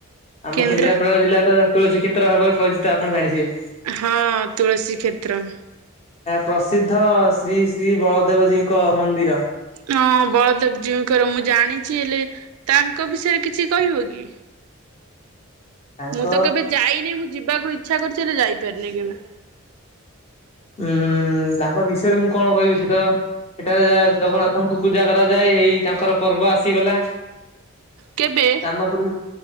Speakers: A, on the left; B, on the right.
A: ଆମ
B: କେନ୍ଦ୍ର
A: କେନ୍ଦ୍ରାପଡ଼ା ଜିଲ୍ଲା ତ ତୁଳସୀ କ୍ଷେତ୍ର ଭାବରେ ପରିଚିତ ଆପଣ ଜାଣିିଥିବେ?
B: ହଁ ତୁଳସୀକ୍ଷେତ୍ର।
A: ପ୍ରସିଦ୍ଧ ଶ୍ରୀ ଶ୍ରୀ ବଳଦେବଜୀଙ୍କ ମନ୍ଦିର।
B: ହଁ ବଳଦେବ ଜୀଉଙ୍କର ମୁଁ ଜାଣିଛି ହେଲେ, ତାଙ୍କ ବିଷୟରେ କିଛି କହିବ କି?
A: ତାଙ୍କ
B: ମୁଁ ତ କେବେ ଯାଇନି ମୁଁ ଯିବାକୁ ଇ ଇଛା କରିଚି, ହେଲେ ଯାଇପାରିନି।
A: ମୁଁ ତାଙ୍କ ବିଷୟରେ ମୁଁ କଣ କହିବି, ସେ ତ ସେଠାରେ ଯାହା ଜଗନ୍ନାଥଙ୍କୁ ପୂଜା କରାଯାଏ, ଏଇ ତାଙ୍କର ପର୍ବ ଆସ ଆସିଗଲା
B: କେବେ
A: ସ୍ନାନ ପୂର୍ଣ୍ଣିମା,